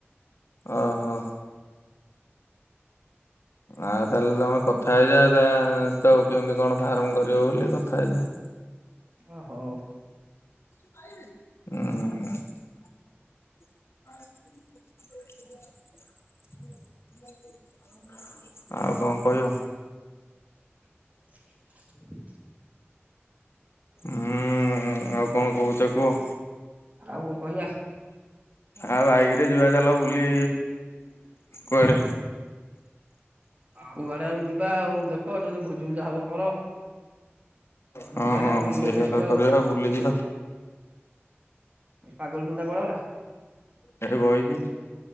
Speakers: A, on the left (about 70°); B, on the right (about 35°).
A: ଓ ହୋ। ଆଉ ତାହେଲେ ତମେ କଥା ହେଇଯା। ତ କେମିତି କଣ ଫାର୍ମ କରିବ ବୋଲି, କଥା ହେଇଯା। <inaudible>
B: ଓ ହଉ।
A: ହୁଁ। <inaudible> ଆଉ କଣ କହିବ।
B: <inaudible>
A: ହୁଁ। ଆଉ କଣ କହୁଛ କୁହ।
B: ଆଉ କଣ କହିବା।
A: ଆଉ ବାଇକ ରେ ଯିବା ଚାଲ ବୁଲି କୁଆଡେ।
B: କୁଆଡେ ଆଉ ଯିବା ଆଉ। ଦେଖ ଯଦି ଭୋଜି ଭୁଜା ହବ କର।
A: ହଁ।
B: ଯିବା ସେଆଡେ ବୁଲି
A: ସେଇଆ
B: ବୁଲାକି ଆସିବା ଆଉ
A: କରିବା, ବୁଲିଯିବା।
B: ପାଗଳ ଚୁଦା କୁଆଡେ ଗଲା
A: ଏଇ ବଇଚି। <inaudible>